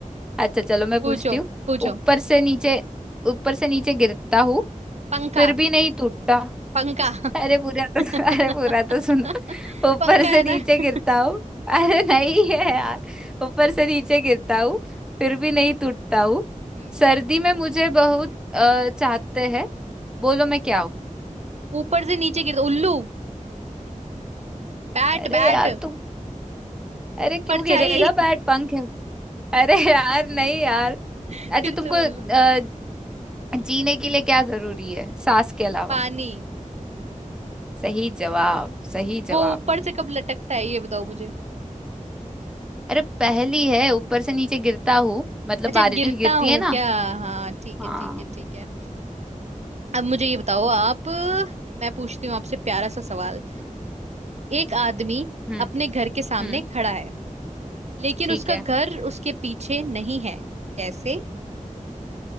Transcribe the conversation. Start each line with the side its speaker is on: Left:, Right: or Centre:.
Centre: अच्छा चलो मैं
Right: पूछो
Centre: पूछती हूँ
Right: पूछो
Centre: ऊपर से नीचे ऊपर से नीचे गिरता हूँ
Right: पंखा
Centre: फिर भी नहीं टूटता
Right: पंखा
Centre: अरे पूरा तो
Right: <laughs>
Centre: <laughs> अरे पूरा तो सुनो ऊपर
Right: पंखा है
Centre: से नीचे
Right: ना
Centre: गिरता
Right: <laughs>
Centre: हूँ अरे नहीं है यार ऊपर से नीचे गिरता हूँ फिर भी नहीं टूटता हूँ
Right: हम्म
Centre: सर्दी में मुझे बहुत अ, चाहते हैं बोलो मैं क्या हूँ
Right: ऊपर से नीचे गिरता उल्लू Bat
Centre: अरे
Right: bat
Centre: यार तुम अरे क्यों
Right: परछाई
Centre: गिरेगा
Right: <laughs>
Centre: बैट पंख है अरे यार नहीं यार
Right: फिर
Centre: अच्छा तुमको
Right: से बोलो
Centre: अ, जीने के लिए क्या जरूरी है सांस के अलावा
Right: पानी
Centre: सही जवाब सही जवाब
Right: वो ऊपर से कब लटकता है ये बताओ मुझे
Centre: अरे पहली है ऊपर से नीचे गिरता हूँ मतलब
Right: अच्छा
Centre: बारिश
Right: गिरता
Centre: गिरती
Right: हूँ
Centre: है ना
Right: क्या हाँ ठीक
Centre: हाँ
Right: है ठीक है ठीक है अब मुझे ये बताओ आप मैं पूछती हूँ आपसे प्यारा सा सवाल एक आदमी
Centre: हम्म
Right: अपने घर के सामने
Centre: हम्म
Right: खड़ा है लेकिन
Centre: ठीक
Right: उसका
Centre: है
Right: घर उसके पीछे नहीं है कैसे